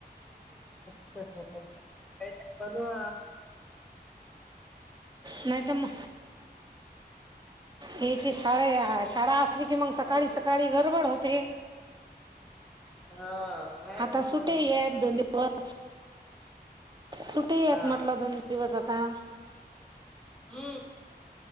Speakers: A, in the centre; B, on the right.
A: अच्छा अच्छा् का परवा.
B: नाही तर म. हची शाळे शाळा असली कि मग सकाळी सकाळी गडबड होते.
A: हा. आहे
B: आता
A: तसं.
B: सुटे आहेत दोन दिवस. सुटे आहेत
A: हा
B: म्हटलं दोन दिवस आता.
A: हम्म